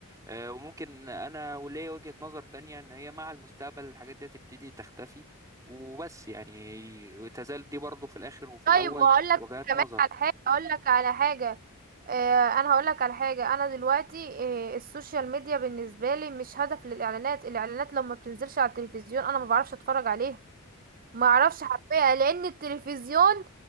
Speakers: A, on the right; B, on the right.
A: آه، وممكن انا وليا وجهة نظر تانية ان هي مع المستقبل الحاجات دي تبتدي تختفي وبس يعني تزال دي برضو في الاخر وفي
B: طيب
A: الاول
B: وهقول لك
A: وجهات
B: كمان
A: نظر
B: على حاجة هقول لك على حاجة آه انا هقول لك على حاجة انا دلوقتي آه السوشيال ميديا بالنسبة لي مش هدف للاعلانات الاعلانات لما بتنزلش على التلفزيون انا ما بعرفش اتفرج عليها ما اعرفش حرفيا لان التلفزيون